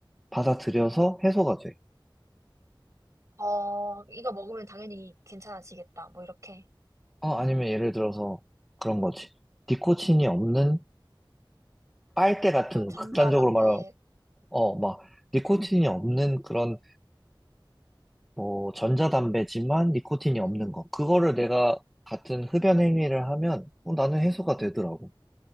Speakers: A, in the centre; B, on the right.
A: 받아들여서 해소가 돼.
B: 어, 이거 먹으면 당연히 괜찮아지겠다. 뭐 이렇게.
A: 어, 아니면 예를 들어서 그런 거지. 니코틴이 없는 빨대 같은
B: 아,
A: 거,
B: 전자담배.
A: 극단적으로 말하면, 어, 막, 니코틴이 없는 그런, 뭐, 전자담배지만 니코틴이
B: 음,
A: 없는 거. 그거를 내가 같은 흡연 행위를 하면, 어, 나는 해소가 되더라고.
B: 음,